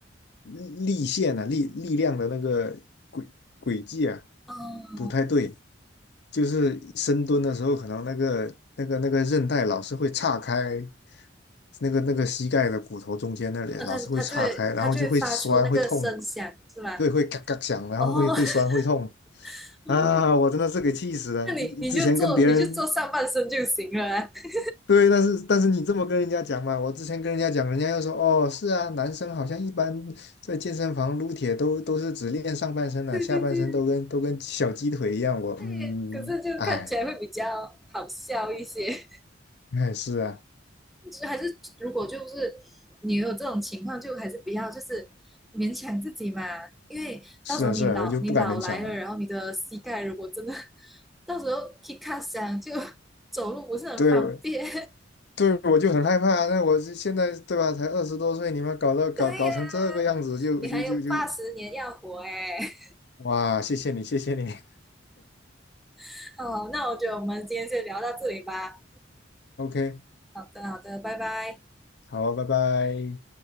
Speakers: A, on the left; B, in the centre.
A: 力力线啊，力力量的那个轨轨迹啊，
B: 哦，
A: 不太对，就是深蹲的时候，可能那个那个那个韧带老是会岔开，那个那个膝盖的骨头中间那里老是会岔开，
B: 那他他就会他就会发出那个声响，
A: 然后就会酸会痛，
B: 是吧？
A: 对，会嘎嘎响，然后会会酸会痛
B: 哦 <laughs> 哦，
A: 啊，我真的是给气死了，
B: 那你你就做你就做上半身就行了啊。
A: 一之前跟别人
B: <laughs>
A: 对，但是但是你这么跟人家讲嘛，我之前跟人家讲，人家又说哦，是啊，男生好像一般在健身房撸铁都都是只练上半身的，
B: 对对对，
A: 下半身都跟都跟小鸡腿一样。我嗯，
B: 对，可是就看起来会比较好笑一些。
A: 哎哎，是啊
B: <laughs> 就还是如果就是你有这种情况，就还是不要就是勉强自己嘛，因为到时候你老你老来了，
A: 是啊是啊，我就不敢勉强了。
B: 然后你的膝盖如果真的 <laughs> 到时候 k i 响就 <laughs> 走路不是很方便。
A: 对对，我就很害怕啊那我是现在对吧，才二十多岁，你们搞到搞搞成这个样子就就就就，
B: <laughs> 对呀、你还有八十年要活哎、欸
A: 哇，谢谢你谢谢你
B: <laughs> 哦，那我觉得我们今天就聊到这里吧。
A: <laughs>，OK，
B: 好的，好的，拜拜。
A: 好，拜拜。